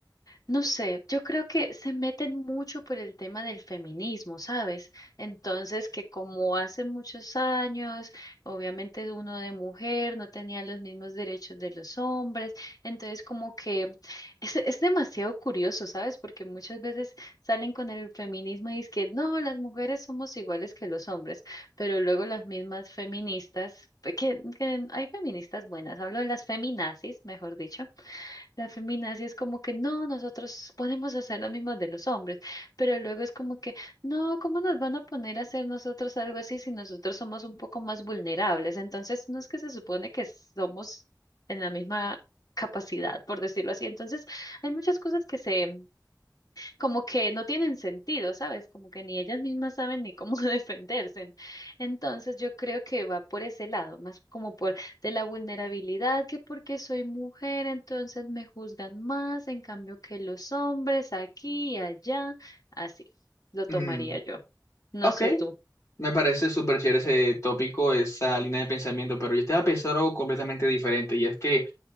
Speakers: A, on the left; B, on the left.
A: No sé, yo creo que se meten mucho por el tema del feminismo, ¿sabes? Entonces, que como hace muchos años, obviamente uno de mujer no tenía los mismos derechos de los hombres, entonces como que es, es demasiado curioso, ¿sabes? Porque muchas veces salen con el feminismo y es que no, las mujeres somos iguales que los hombres, pero luego las mismas feministas, que, que hay feministas buenas, hablo de las feminazis, mejor dicho la feminazi es como que no, nosotros podemos hacer lo mismo de los hombres, pero luego es como que no, ¿cómo nos van a poner a hacer nosotros algo así si nosotros somos un poco más vulnerables? Entonces, no es que se supone que somos en la misma capacidad, por decirlo así. Entonces, hay muchas cosas que se como que no tienen sentido, ¿sabes? Como que ni ellas mismas saben ni cómo <laughs> defenderse. Entonces yo creo que va por ese lado, más como por de la vulnerabilidad, que porque soy mujer, entonces me juzgan más, en cambio que los hombres aquí y allá, así lo tomaría
B: Mm,
A: yo. No
B: ok,
A: sé tú.
B: Me parece súper chévere ese tópico, esa línea de pensamiento, pero yo estaba pensando algo completamente diferente y es que